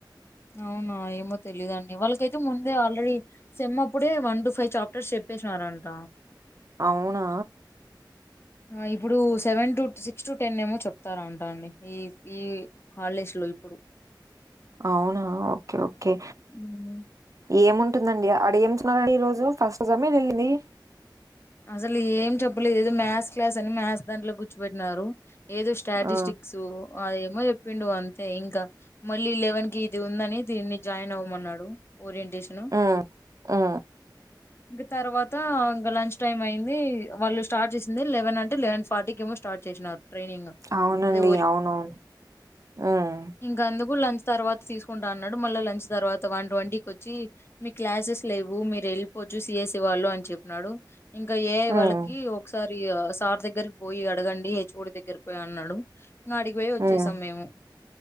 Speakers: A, on the left; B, on the right.
A: అవునా ఏమో తెలీదండి వాళ్ళకైతే ముందే ఆల్రెడీ సెమ్మప్పుడే వన్ టు ఫైవ్ చాప్టర్స్ చెప్పేసినారంట
B: అవునా
A: ఆ ఇప్పుడు seven to six to ten ఏమో చెప్తారా అంటా అండి ఈ ఈ హాలిడేస్ లో ఇప్పుడు
B: అవునా ఓకే ఓకే
A: మ్మ్
B: ఏముంటుందండి ఆడ ఏమిచ్చినారండి ఈ రోజు ఫస్ట్ సెమ్మె వెళ్ళింది
A: అసలు ఏం చెప్పలేదు ఏదో మ్యాథ్స్ క్లాస్ అని మ్యాథ్స్ దాంట్లో కూర్చపెట్టినారు ఏదో స్ట్రాటిస్టిక్స్
B: ఆ!
A: అదేమో చెప్పిండు అంతే ఇంకా మళ్ళీ లెవెన్ కి ఇది ఉందని దీన్ని జాయిన్ అవ్వమన్నాడు ఓరియంటేషన్
B: ఆ ఆ
A: ఇంక తర్వాత ఇంకా లంచ్ టైం అయింది వాళ్ళు స్టార్ట్ చేసిందే లెవెన్ అంటే లెవెన్ ఫార్టీ కి ఏమో స్టార్ట్ చేసినారు ట్రైనింగ్
B: అవునండి
A: అది
B: అవునవును మ్మ్
A: ఇంకా అందుకు లంచ్ తర్వాత తీసుకుంటా అన్నాడు మళ్ళీ లంచ్ తర్వాత వన్ ట్వంటీకి వచ్చి మీ క్లాసెస్ లేవు మీరు వెళ్ళిపోవచ్చు సి ఎస్ ఏ వాళ్ళు అని చెప్పినాడు ఇంకా ఏ ఐ
B: హ్మ్.
A: వాళ్ళకి ఒకసారి సార్ దగ్గరికి పోయి అడగండి హెచ్ ఓ డి దగ్గరికి పోయి అన్నాడు ఇంగ ఆడికి పోయి వచ్చేసాం
B: హ్మ్.
A: మేము